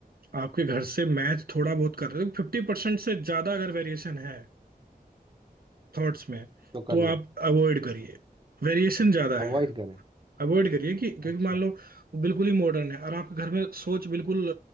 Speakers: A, on the right (about 70°); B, on the right (about 30°).
A: आपके घर से मैच थोड़ा बहुत कर रहे हो फिफ्टी परसेंट से ज्यादा अगर वेरिएशन है थॉट्स में
B: तो
A: तो
B: कर लो
A: आप अवॉइड करिए वेरिएशन ज्यादा है
B: अवॉइड करें
A: अवॉइड करिए कि क्योंकि
B: अच्छा
A: मान लो वो बिल्कुल ही मॉडर्न है और आपके घर में सोच बिल्कुल